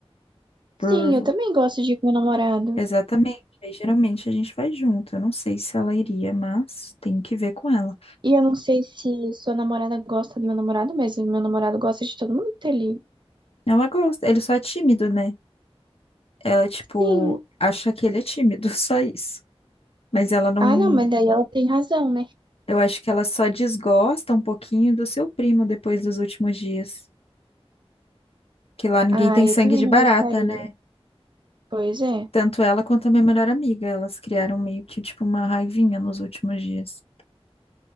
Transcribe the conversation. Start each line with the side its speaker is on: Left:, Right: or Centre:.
Left: por
Right: Sim, eu também gosto de ir com meu namorado.
Left: Exatamente. Aí geralmente a gente vai junto. Eu não sei se ela iria, mas tem que ver com ela.
Right: E eu não sei se sua namorada gosta do meu namorado, mas o meu namorado gosta de todo mundo que tá ali.
Left: Ela gosta, ele só é tímido, né? Ela, tipo,
Right: Sim.
Left: acha que ele é tímido, <laughs> só isso. Mas ela não.
Right: Ah, não, mas daí ela tem razão, né?
Left: Eu acho que ela só desgosta um pouquinho do seu primo depois dos últimos dias. Que lá ninguém
Right: Ah,
Left: tem
Right: eu
Left: sangue
Right: também
Left: de
Right: não
Left: barata,
Right: gostaria.
Left: né?
Right: Pois é.
Left: Tanto ela quanto a minha melhor amiga. Elas criaram meio que, tipo, uma raivinha nos últimos dias.